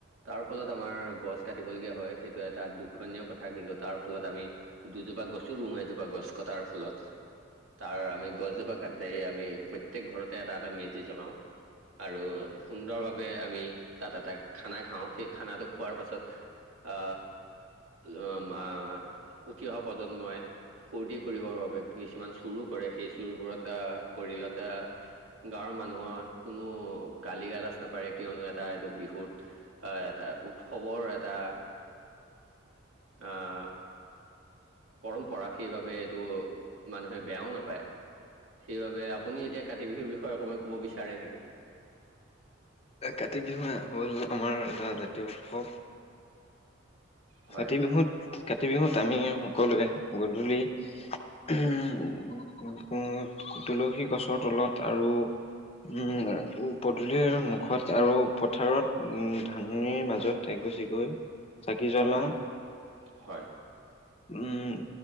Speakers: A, on the right; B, on the left.
A: তাৰ ফলত আমাৰ গছ- কাটিবলগীয়া হয় সেইটো এটা দুখ- সণীয় কথা কিন্তু তাৰ ফলত আমি দুজোপা গছো ৰুওঁ এজোপা গছ কটাৰ ফলত। তাৰ আমি গছজোপা কাটি আমি প্ৰত্যেক ঘৰতে এটা এটা মেজি জ্বলাওঁ আৰু- সুন্দৰভাৱে আমি তাত এটা খানা খাওঁ সেই খানাটো খোৱাৰ পাছত- আ উ মা উঠি অহা প্ৰজন্মই- ফূৰ্তি কৰিবৰ বাবে কিছুমান চোৰো কৰে সেই চোৰবোৰত আহ কৰিলত- গাঁৱৰ মানুহৰ কোনো গালি গালাজ নাপাৰে কিয়নো এটা এইটো বিহুত- আহ এটা উৎসৱৰ এটা আহ- পৰম্পৰা সেইবাবে এইটো মানুহে বেয়াও নাপায় সেইবাবে আপুনি এতিয়া কাতি বিহুৰ বিষয়ে অকণমান ক'ব বিচাৰে নেকি?
B: কাতি বিহু হল আমাৰ এটা জাতীয় উৎসৱ।
A: হয়
B: কাতি বিহুত কাতি বিহুত আমি সকলোৱে গধূলি- ওহোম উমঁ উমঁ তুলসী গছৰ তলত আৰু। উমঁ পদূলি মূ- ঘৰত আৰু পথাৰত উমঁ ধানিৰ মাজত এগছিকৈ - চাকি জ্বলাওঁ-
A: হয় হয়
B: উমঁ ওহোঁ